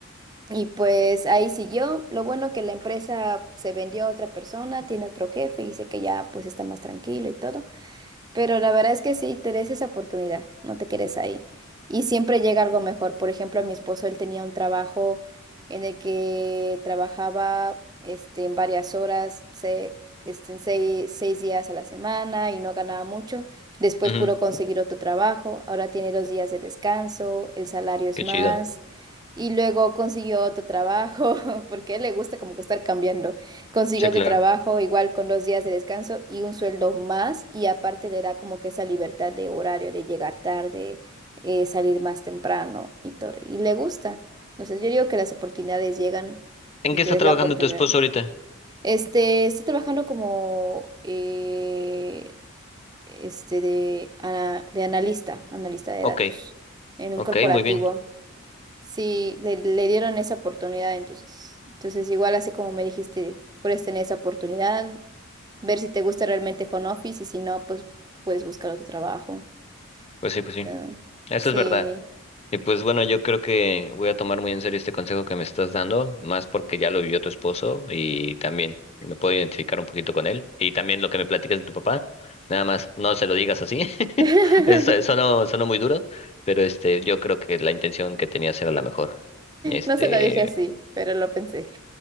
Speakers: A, on the right; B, on the left.
A: Y pues ahí siguió. Lo bueno que la empresa se vendió a otra persona, tiene otro jefe dice que ya pues está más tranquilo y todo. Pero la verdad es que sí, te des esa oportunidad, no te quedes ahí. Y siempre llega algo mejor. Por ejemplo, a mi esposo, él tenía un trabajo en el que trabajaba este, en varias horas, se, este, en seis, seis días a la semana y no ganaba mucho. Después
B: ujú.
A: pudo conseguir otro trabajo, ahora tiene dos días de descanso, el salario es
B: Qué
A: más.
B: chido.
A: Y luego consiguió otro trabajo, <laughs> porque a él le gusta como que estar cambiando. Consigue
B: Sí,
A: otro
B: claro.
A: trabajo igual con dos días de descanso y un sueldo más y aparte le da como que esa libertad de horario, de llegar tarde, eh, salir más temprano y todo. Y le gusta. Entonces yo digo que las oportunidades llegan
B: ¿En
A: y
B: qué
A: te
B: está
A: des
B: trabajando
A: la oportunidad.
B: tu esposo ahorita?
A: Este, está trabajando como eh, este de, ana- de analista, analista de
B: Ok,
A: datos en un
B: ok,
A: corporativo.
B: muy bien.
A: Sí, le, le dieron esa oportunidad, entonces. Entonces, igual así como me dijiste, puedes tener esa oportunidad, ver si te gusta realmente home office y si no, pues puedes buscar otro trabajo.
B: Pues sí,
A: y
B: pues sí.
A: ya.
B: Eso
A: Sí.
B: es verdad. Y pues bueno, yo creo que voy a tomar muy en serio este consejo que me estás dando, más porque ya lo vivió tu esposo y también me puedo identificar un poquito con él. Y también lo que me platicas de tu papá, nada más no se lo digas así. <laughs>
A: <laughs>
B: Eso sonó, sonó muy duro, pero este, yo creo que la intención que tenías era la mejor. este
A: No se lo dije así, pero lo pensé.